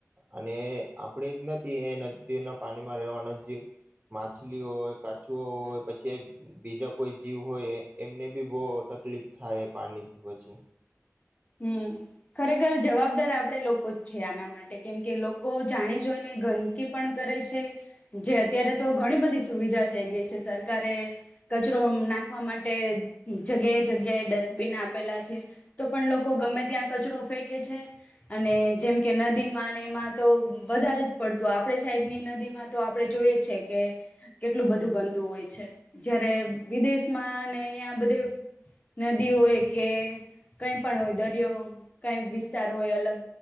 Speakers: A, on the right; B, on the left.
A: અને આપડે જ નથી એ નદીના પાણીમાં રહેવાના જે માછલી હોય, કાચબો હોય, પછી બીજા કોઈ જીવ હોય, એ એમને બી બોવ તકલીફ થાય પાણીથી. પછી
B: હમ્મ, ખરેખર જવાબદાર આપડે લોકો જ છીએ આના માટે, કેમકે લોકો જાણી જોઈને ગંદકી પણ કરે છે. જે અત્યારે તો ઘણી બધી સુવિધા થઈ ગઈ છે, સરકારે કચરો નાખવા માટે જગ્યાએ જગ્યાએ ડસ્ટબિન આપેલા છે, તો પણ લોકો ગમે ત્યાં કચરો ફેંકે છે અને જેમકે નદીમાં એમાં તો વધારે જ પડતું, આપડે સાઈડની નદીમાં તો આપડે જોઈએ છે કે કેટલું બધું ગંદુ હોય છે. જયારે વિદેશમાં ને અહીંયા બધે નદી હોય કે કંઈ પણ હોય, દરિયોનો કાંઈક વિસ્તાર હોય અલગ,